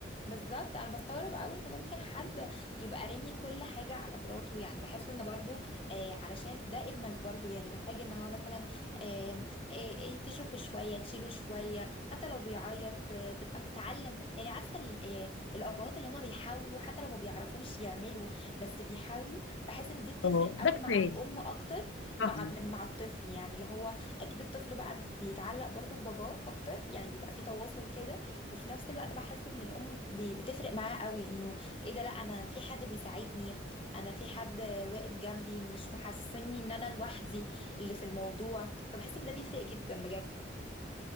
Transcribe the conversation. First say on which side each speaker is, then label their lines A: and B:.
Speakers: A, on the left; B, on the left.
A: بالظبط انا بستغرب قوي ان ممكن حد يبقى رامي كل حاجه على مراته يعني بحس ان برضو آه علشان ده ابنك برضو يعني محتاج ان هو مثلا آه آه تشوفه شويه تشيله شويه حتى لو بيعيط آه تبقى بتتعلم يعني عارفه ال- آه الابهات اللي هما بيحاولوا حتى لو ما بيعرفوش يعملوا بس بيحاولوا بحس ان دي بتفرق
B: اه
A: قوي
B: ده كفايه
A: مع الام اكتر
B: صح
A: مع من مع الطفل يعني اللي هو اكيد الطفل بقى بيتعلق برضو بباباه اكتر يعني بيبقى في تواصل كده وفي نفس الوقت بحس ان الام بي- بتفرق معاه قوي انه ايه ده لا انا في حد بيساعدني انا في حد واقف جنبي مش محسسني ان انا لوحدي اللي في الموضوع فبحس ان ده بيفرق جدا بجد